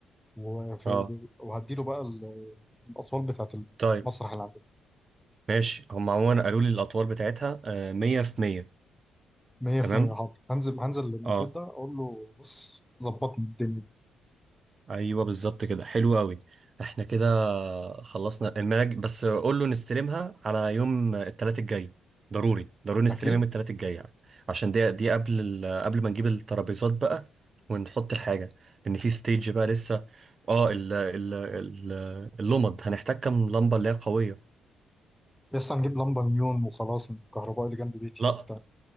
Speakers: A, in the centre; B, on the right (about 40°).
A: وفي-
B: اه
A: وهديله بقى ال- الاطوال بتاعه
B: طيب
A: المسرح اللي عندنا
B: ماشي هم عموما قالوا لي الاطوال بتاعتها آه، 100 في 100
A: 100%
B: تمام
A: حاضر هنزل هنزل للمنجد
B: اه
A: ده اقول له بص ظبطني الدنيا دي
B: ايوه بالظبط كده حلو قوي احنا كده خلصنا المناج بس قول له نستلمها على يوم الثلاث الجاي ضروري ضروري نستلمها
A: اكيد
B: يوم الثلاث الجاي يعني. عشان دي دي قبل ال... قبل ما نجيب الترابيزات بقى ونحط الحاجه لان في ستيج بقى لسه اه ال... ال... ال... اللمض هنحتاج كام لمبه اللي هي قويه
A: يا اسطى هنجيب لمبه نيون وخلاص من الكهرباء اللي جنب بيتي
B: لا
A: وبتاع